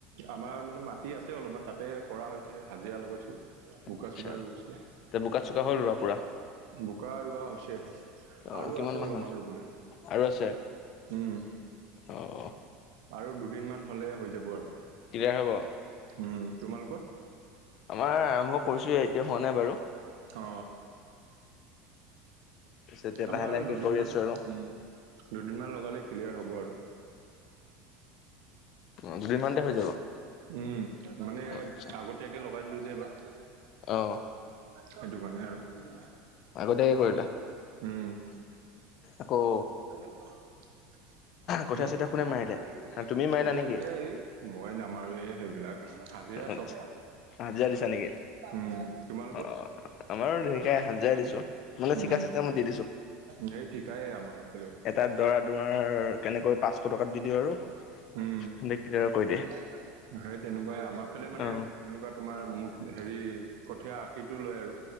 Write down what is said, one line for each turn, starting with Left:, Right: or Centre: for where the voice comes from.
Right: আমাৰ মানে মাটি আছে অলপমান তাতে কৰা হৈছে, হাজিৰা লগাইছোঁ', বোকা
Left: আচ্ছা,
Right: চোকা ৰু গৈছে,
Left: তে বোকা চোকা হ'ল ৰোৱা পুৰা?
Right: বোকা ৰুৱা হৈছে',
Left: অ',
Right: আৰু
Left: কিমান
Right: আছে
Left: মান
Right: অলপমান
Left: হ'ল?
Right: ৰুবলৈ',
Left: আৰু আছে।
Right: উম
Left: অ',
Right: আৰু দুদিনমান হলে হৈ যাব আৰু।
Left: ক্লিয়াৰ হ'ব?
Right: উম, তোমালোকৰ?
Left: আমাৰ আৰম্ভ কৰিছোৱে এতিয়া হোৱা নাই বাৰু।
Right: অ
Left: পিছে এতিয়া লাহে
Right: আমাৰ
Left: লাহেকে
Right: দুদিনমান
Left: কৰি আছো
Right: উম
Left: আৰু।
Right: দুদিনমান লগালেই ক্লিয়াৰ হ'ব আৰু।
Left: উ দুদিনমানতে হৈ যাব।
Right: উম মানে
Left: আচ্ছা,
Right: আগতীয়াকে লগাই দিলো যে এইবাৰ।
Left: অ।
Right: সেইটো কাৰণে আৰু। <unintelligible>
Left: আগতীয়াকে কৰিলা?
Right: উম।
Left: আকৌ
Right: <unintelligible>
Left: কঠীয়া চঠীয়া কোনে মাৰিলে? তুমি মাৰিলা নেকি?
Right: মই নামাৰো এই সেইবিলাক হাজিৰা
Left: আচ্ছা,
Right: চব
Left: হাজিৰা দিছা নেকি?
Right: উম, তোমালোকৰ?
Left: অ আমাৰো তেনেকে হাজিৰা দিছো মানে
Right: উম
Left: ঠিকা চিষ্টেমত দি দিছো
Right: সেই ঠিকাইে আমাৰ। ফালেও
Left: এটা দৰা তোমাৰ কেনেকৈ পাঁচশ টকাত দি দিওঁ আৰু সেডে
Right: উম
Left: ক্লিয়াৰ কৰি দিয়ে।
Right: সেই তেনেকুৱাই আমাৰ ফলে মানে
Left: অ
Right: এনেকুৱা তোমাৰ মুঠ হেৰি কঠীয়া আশীৰটো লয় আৰু।